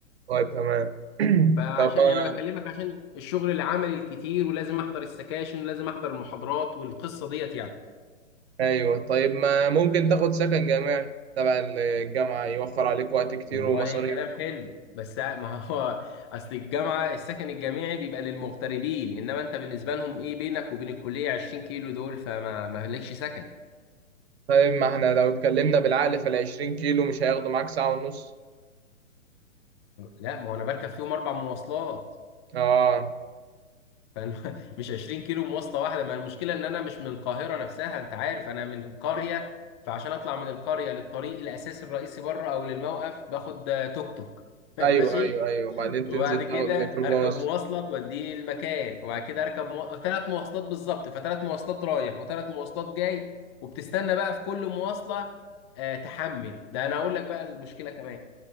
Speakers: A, on the right (about 50°); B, on the left (about 20°).
A: طيب تمام
B: فعشان
A: <clears throat> طب ما
B: يعني بكلمك عشان الشغل العملي الكتير ولازم احضر السكاشن ولازم احضر المحاضرات والقصه ديت يعني
A: ايوه طيب ما ممكن تاخد سكن جامعي تبع الجامعة يوفر عليك وقت كتير
B: والله
A: ومصاريف
B: كلام حلو بس ما هو اصل الجامعه السكن الجامعي بيبقى للمغتربين انما انت بالنسبه لهم ايه بينك وبين الكليه 20 كيلو دول فما ما لكش سكن
A: طيب ما احنا لو اتكلمنا بالعقل فالعشرين كيلو مش هياخدوا معاك ساعة ونص
B: لا ما هو انا بركب فيهم اربع مواصلات
A: اه
B: فأنا- <laughs> مش 20 كيلو مواصله واحده ما المشكله ان انا مش من القاهره نفسها انت عارف انا من قريه فعشان اطلع من القريه للطريق الاساسي الرئيسي بره او للموقف باخد آه، توك توك <laughs> ماشي
A: ايوه ايوه ايوه بعدين تنزل
B: وبعد كده
A: تاخد ميكروباص
B: اركب مواصله توديني المكان وبعد كده اركب مو... ثلاث مواصلات بالظبط فثلاث مواصلات رايح وثلاث مواصلات جاي وبتستنى بقى في كل مواصله آه تحمل ده انا اقول لك بقى المشكله كمان